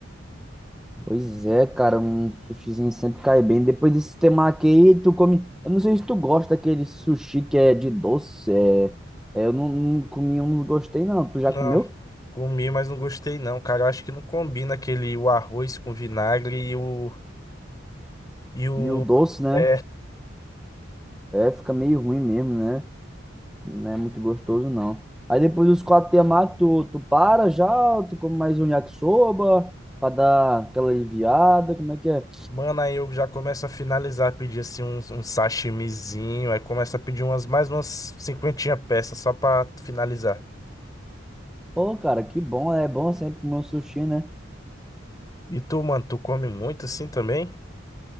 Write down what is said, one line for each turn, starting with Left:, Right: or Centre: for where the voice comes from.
Centre: Pois é, cara, um sushizinho sempre cai bem. Depois desse temaki aí, tu come. Eu não sei se tu gosta daquele sushi que é de doce. É... é, eu não, não comi um, não gostei, não. Tu já
Left: Não,
Centre: comeu?
Left: comi, mas não gostei não, cara. Eu acho que não combina aquele o arroz com vinagre e o E o.
Centre: E o doce, né?
Left: É,
Centre: É, fica meio ruim mesmo, né? Não é muito gostoso, não. Aí depois dos quatro temaki, tu, tu para já? Tu come mais um yakisoba pra dar aquela aliviada? Como é que é?
Left: mano, aí eu já começo a finalizar, pedir assim um, um sashimizinho, aí começa a pedir umas mais umas cinquentinha peças só pra finalizar.
Centre: Pô, cara, que bom. É bom sempre comer um sushi, né?
Left: E tu, mano, tu come muito assim também?